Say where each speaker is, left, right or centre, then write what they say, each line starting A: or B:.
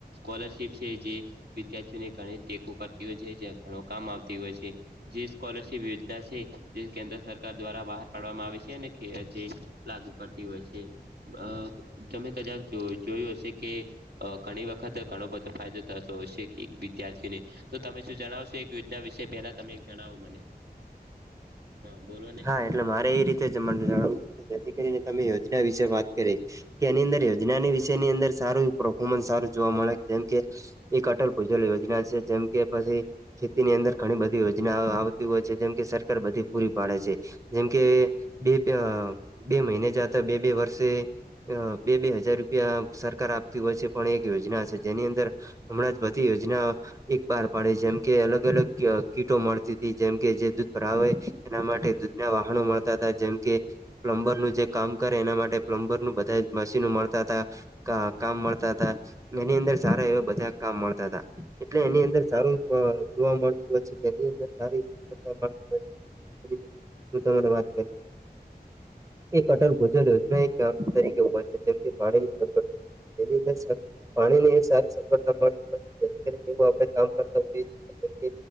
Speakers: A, on the right; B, on the right.
A: કોલરશિપ છે, જે વિદ્યાર્થીઓને ઘણી ટેકો કરતી હોય છે. જ્યાં ઘણું કામ આવતી ઓય છે. જે સ્કોલરશિપ યોજના છે. જે કેન્દ્ર સરકાર દ્વારા બહાર પાડવામાં આવે છે, અને ખે જે લાગુ કરતી ઓય છે. બક તમે કદાક જો જોયું હશે કે, અ ઘણી વ ખતે ઘણો બધો ફાયદો થતો હોય છે કે, એક વિદ્યાર્થીને તો તમે શું જણાવશો, એક યોજના વિશે પેલા તમે એક જણાવો મને. હ, બોલો ને.
B: હા એટલે મારે એ રીતે જમંત જણાવું કે, જેથી કરીને તમે યોજના વિશે વાત કરી. કે એની અંદર યોજનાની વિષય ની અંદર સારું પ્રફોર્મન્સ સારું જોવા મળે. જેમ કે, એક અટલ ભૂજલ યોજના છે, જેમ કે પછી ખેતીની અંદર ઘણી બધી યોજના આ આવતી ઓય છે. જેમ કે, સરકાર બધી પૂરી પાડે છે. જેમ કે, બે-બે અ બે મઈને જતા બે-બે વર્ષે અ બે-બે હજાર રૂપિયા સરકાર આપતી ઓય છે, પણ એક યોજના છે જેની અંદર અમણાં જ બધી યોજના એક બાર પાડે. જેમ કે, અલગ અલગ કી-કીટો મળતી તી. જેમ કે, જે દૂધ ભ્રાવે એના માટે દૂધના વાહણો મળતા હતા. જેમ કે, પ્લમ્બરનુ જે કામ કરે એના માટે પ્લમ્બરનું બધા જ મશીનો મળતા અતા. ક-કામ મળતા તા. એની અંદર સારા એવા બધા કામ મળતા તા. એટલે એની અંદર સારું બ જોવા મળતું ઓય છે, કે એની અંદર સારી <inaudible> મળતી ઓય છે. <unintelligible> હું તમારે વાત કરી. એક અટલ ભૂજલ યોજના એક ગામ તરીકે હોય છે. જેમ કે, પાણીની સગવડ તેની અંદર સ પાણી ને એક સારી સફળતા મળતી. <inaudible> જેથી કરીને એવું આપણે કામ કરતા હોઈએ છીએ, કે જેમ કે